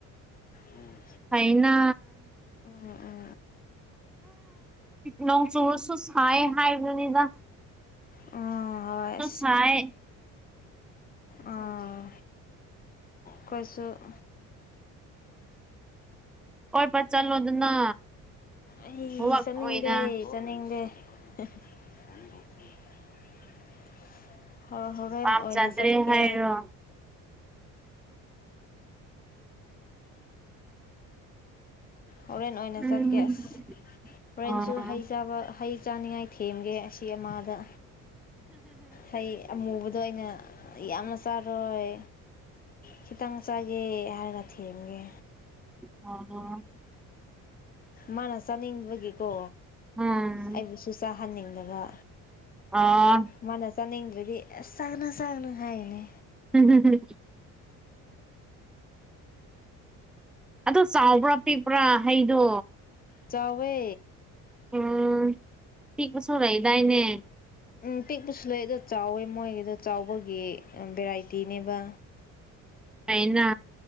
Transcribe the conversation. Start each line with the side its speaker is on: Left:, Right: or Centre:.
Left: ꯎꯝ
Centre: ꯐꯩꯅ
Left: ꯎꯝ
Centre: ꯅꯣꯡ ꯆꯨꯨꯔꯁꯨ ꯁꯥꯏ ꯍꯥꯏꯕꯗꯅꯤꯗ
Left: ꯑ ꯍꯣꯏ
Centre: ꯁꯥꯏ
Left: ꯑꯥ ꯀꯣꯏꯁꯨ <unintelligible>
Centre: ꯀꯣꯏꯕ ꯆꯠꯂꯣꯗꯅ
Left: ꯑꯩ
Centre: ꯋꯥꯛ
Left: ꯆꯠꯅꯤꯡꯗꯦ
Centre: ꯑꯣꯏꯅ
Left: ꯆꯠꯅꯤꯡꯗꯦ <unintelligible> ꯍꯣ ꯍꯣꯔꯦꯟ
Centre: ꯄꯥꯝꯖꯗ꯭ꯔꯦ
Left: ꯑꯣꯏꯅ ꯆꯠꯀꯦ
Centre: ꯍꯥꯏꯔꯣ
Left: ꯍꯣꯔꯦꯟ ꯑꯣꯏꯅ
Centre: ꯎꯝ
Left: ꯆꯠꯀꯦ ꯑꯁ ꯍꯣꯔꯦꯟꯁꯨ
Centre: ꯑꯣ
Left: ꯍꯩ ꯆꯥꯕ ꯍꯩ ꯆꯥꯅꯤꯡꯉꯥꯏ ꯊꯦꯝꯒꯦ ꯑꯁꯤ ꯑꯃꯥꯗ ꯍꯩ ꯑꯃꯨꯕꯗꯣ ꯑꯩꯅ ꯌꯥꯝꯅ ꯆꯥꯔꯣꯏ ꯈꯤꯇꯥꯡ ꯆꯒꯦ ꯍꯥꯏꯔꯒꯊꯦꯝꯒꯦ
Centre: ꯑꯣ
Left: ꯃꯥꯅ ꯆꯥꯅꯤꯡꯕꯒꯤꯀꯣ
Centre: ꯎꯝ
Left: ꯑꯩꯕꯨꯁꯨ ꯆꯥꯍꯟꯅꯤꯡꯗꯕ
Centre: ꯑꯥ
Left: ꯃꯥꯅ ꯆꯥꯅꯤꯡꯗ꯭ꯔꯗꯤ ꯑꯁ ꯆꯥꯛꯅꯨ ꯆꯥꯛꯅꯨ ꯍꯥꯏꯅꯦ
Centre: <unintelligible> ꯑꯗꯣ ꯆꯥꯎꯕ꯭ꯔꯥ ꯄꯤꯛꯄ꯭ꯔꯥ ꯍꯩꯗꯣ
Left: ꯆꯥꯎꯋꯦ
Centre: ꯎꯝ ꯄꯤꯛꯄꯥꯁꯨ ꯂꯩꯗꯥꯏꯅꯦ
Left: ꯎꯝ ꯄꯤꯛꯄꯁꯨ ꯂꯩ ꯑꯗꯣ ꯆꯥꯎꯋꯦ ꯃꯣꯏꯒꯤꯗꯣ ꯆꯥꯎꯕꯒꯤ ꯚꯦꯔꯥꯏꯇꯤꯅꯦꯕ
Centre: ꯍꯥꯏꯅ